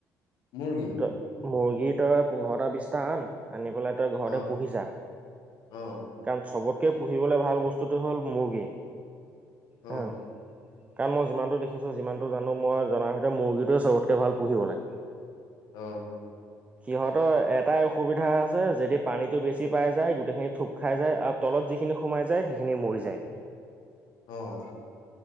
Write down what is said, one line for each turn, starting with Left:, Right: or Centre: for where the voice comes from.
Left: মুৰ্গী।
Right: তই মুৰ্গী তই পোন্ধৰটা বিশটা আন আনি পেলাই তই ঘৰতে
Left: অ',
Right: পুহিছা।
Left: অ',
Right: কাৰণ চবতকে পুহিবলে ভাল বস্তুটো হ'ল মুৰ্গী।
Left: অঁ।
Right: হা। কাৰণ মই যিমানটো দেখিছোঁ, যিমানটো জানো মই জনাৰ সৈতে মুৰ্গীটোৱে চবতকৈ ভাল পুহিবলৈ।
Left: অঁ।
Right: সিহঁতৰ এটাই অসুবিধা আছে' যদি পানীতটো বেছি পাই যায় গোটেইখিনি থোপ খাই যায় আৰু তলত যিখিনি সোমাই যায়, সেইখিনি মৰি যায়।
Left: অ'।